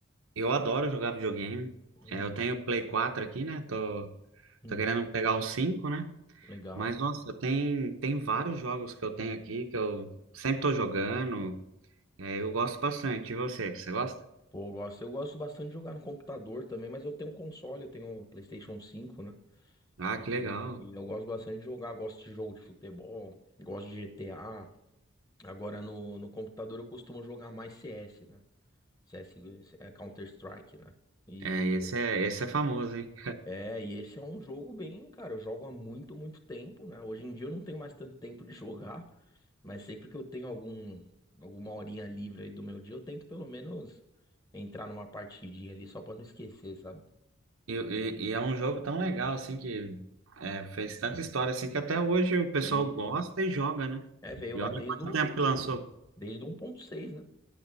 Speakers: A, on the right; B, on the left.
A: eu adoro jogar videogame.
B: Hum,
A: É, eu tenho o Play 4 aqui, né? Tô,
B: Uhum,
A: tô querendo pegar o cinco né?
B: legal.
A: Mas, nossa, tem, tem vários jogos que eu tenho aqui que eu sempre tô jogando. É, eu gosto bastante. E você? Você gosta?
B: Pô, eu gosto. Eu gosto bastante de jogar no computador também, mas eu tenho um console, eu tenho o PlayStation cinco né?
A: Ah, que
B: E,
A: legal.
B: e eu gosto bastante de jogar, gosto de jogo de futebol, gosto de GTA. Agora no, no computador eu costumo jogar mais CS, né? CS é Counter-Strike, né? E
A: É, esse é, esse é famoso, hein?
B: é, e esse é um jogo bem, cara, eu jogo há muito, muito tempo, né? Hoje em dia eu não tenho mais tanto tempo de jogar, Mas sempre que eu tenho algum, alguma horinha livre aí do meu dia, eu tento pelo menos entrar numa partidinha ali só pra não esquecer, sabe?
A: E, e- e é um jogo tão legal, assim, que é, fez tanta história, assim, que até hoje o pessoal
B: Isso.
A: gosta e joga, né?
B: É, veio
A: E
B: lá
A: olha
B: desde
A: quanto
B: o
A: tempo
B: do,
A: que lançou.
B: desde o 1.6, né?